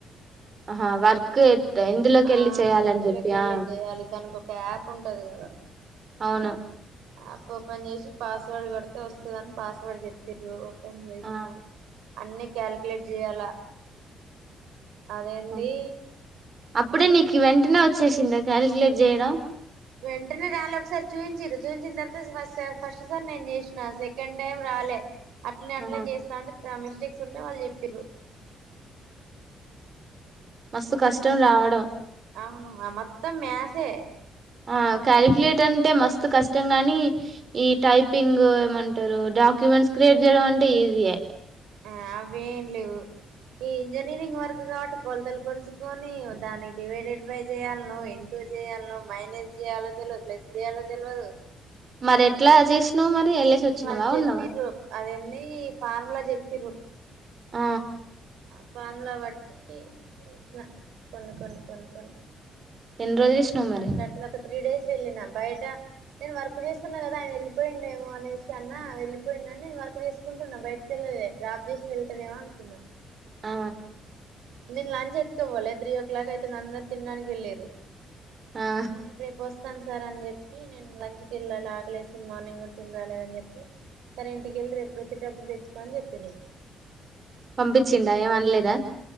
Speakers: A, on the right; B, on the right.
A: ఆహ వర్క్ ఇందులోకి
B: ఆ
A: వెళ్ళి చేయాలని
B: ఇందులోకి
A: చెప్పియా
B: వెళ్ళి చేయాలి దానికి ఒక యాప్ ఉంటది కదా
A: అవును
B: యాప్ ఓపన్ చేసి పాస్వర్డ్ కోడితే వస్తుందని పాస్వర్డ్ చెప్పిండ్రు పని చేేసిన
A: ఆ
B: అన్ని క్యాలిక్యులేట్ చేయాలా అదే
A: ఆ
B: డీ
A: అప్పుడే నీకు వెంటనే వచ్చేసిందా కాలిక్యులేట్ చేయడం
B: వెంటనే రాలి ఒకసారి చూయిించరు చూపించిన తర్వాత ఫ ఫస్ట్ సార్ నేను చేసిన సెకండ్ టైం రాలే అట్లనే అట్నే
A: ఆ
B: చేస్తాంటే ఇ మిస్టేక్స్ ఉంటే వాళ్ళు చెప్పి్రు
A: మస్తు కష్టం రావడం
B: అవును మొత్తం మసే
A: ఆ కాలిక్యులేట్ర్ అంటే మస్తు కష్టం ని ఈ టైపింగ్ ఏమంటారు డాక్యుమెంట్స్ క్రియేట్ చేయడం అంటే ఈజీయ
B: ఆ అవ ఏం లేవు ఈ ఇంజనీరింగ్ వరకు కాబట్టి కొలతలు కొల్సు కని దాన్ని డివైడెడ్ బై చేయాలలను ఇంటూ చేయాలను మైనస్ చేయయాలో తెలియదు ప్లస్ చేయాలో తెలియదు
A: మరి ఎట్లా చేసినవు మరి వెళ్ళేసి వచ్చినవా
B: వాళ్ళు చెప్పి్ర
A: ఉన్నావా
B: అద ఎ అీ ఫార్ములా జెపీన్ డ్రూ
A: ఆ
B: ఆ ఫామ్ లో బట్టి చేసిన కొన్ని కొన్ని కొన్ని కొన్ని
A: ఎన్ రోజులు జేసినావు మరి
B: అట్లా అట్లా ఒక త్రీ డేస్ వెళ్ళిన బయట నేను వర్క్ చేస్తున్నా కదా ఆయన వెళ్ళిపోయిండేమో అనేసి అన్నా వెళ్ళిపోయి ఉండు అని నేను వర్క్ చేసుకుంటున్నా బయటకి వెళ్ళలే డ్రాప్ చేసి వెళ్తాడేమో అనుకున్నాను
A: ఆ
B: నేను లంచ్ ఎత్తుకోఓలే త్రీ ఓ క్లాక్ అయితే అందరూ తిన్ డానికి వెళ్ళారు
A: ఆ
B: నేన్ రే పోస్ వస్తాను సార్ అని చెప్పి నేను ఇంటికి వెళ్ళాలి ఆకలేస్తుంది మార్నింగ్ కూడా తిని రాలేదని చెప్తే సరే ఇంటికెళ్ళి రేపు వచ్చేటప్పుడు తెచ్చుకోని చెప్పిఉన్ డ్రూ
A: పంపించిండా ఏమఅన్ లేదా